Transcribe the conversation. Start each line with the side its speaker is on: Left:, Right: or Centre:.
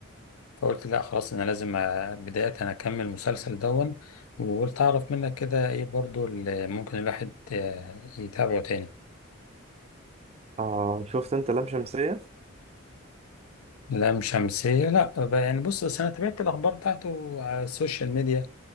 Left: فقلت لا خلاص انا لازم أ- بداية انا اكمل المسلسل دون وقلت اعرف منك كده ايه برضو اللي ممكن الواحد آه، يتابعه تاني
Right: اه شفت انت لام شمسية
Left: لام شمسية لا بقى يعني بص بس انا تابعت الاخبار بتاعته على السوشيال ميديا